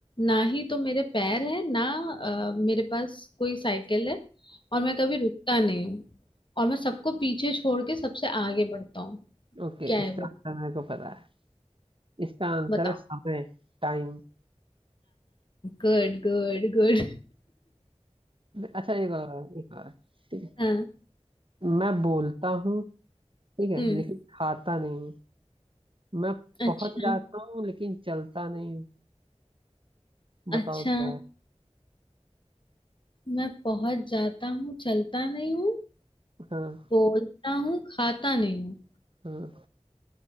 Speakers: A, on the left; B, on the right.
A: ना ही तो मेरे पैर है ना अ, मेरे पास कोई साइकिल है और मैं कभी रुकता नहीं हूँ और मैं सबको पीछे छोड़ के सबसे आगे बढ़ता हूँ
B: ओके
A: क्या
B: इसका
A: है वो
B: आंसर मेरे को पता है इसका आंसर
A: बताओ
B: है समय टाइम
A: Good good good
B: अच्छा एक और एक और ठीक है
A: <laughs> हाँ
B: मैं बोलता हूँ ठीक है
A: हम्म
B: लेकिन खाता नहीं हूँ मैं
A: अच्छा
B: पहुंच जाता हूँ लेकिन चलता नहीं हूँ
A: अच्छा
B: बताओ क्या है
A: मैं पहुंच जाता हूँ चलता नहीं हूँ
B: हाँ
A: बोलता हूँ खाता नहीं हूँ
B: हाँ